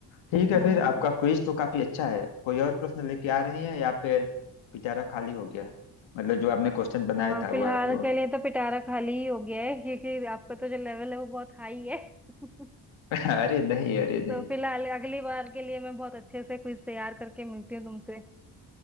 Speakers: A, on the left (about 90°); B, in the centre.
A: ठीक है
B: हम्म
A: फिर आपका क्विज तो काफी अच्छा है कोई और प्रश्न लेके आ रहे हैं या फिर पिटारा खाली हो गया मतलब जो आपने क्वेश्चन बनाया
B: हाँ
A: था वह
B: फिलहाल
A: वह-
B: के लिए तो पिटारा खाली ही हो गया है क्योंकि आपका तो जो लेवल है वो बहुत हाई है <laughs>
A: <laughs> अरे नहीं अरे नहीं
B: तो फिलहाल अगली बार के लिए मैं बहुत अच्छे से क्विज तैयार करके मिलती हूँ तुमसे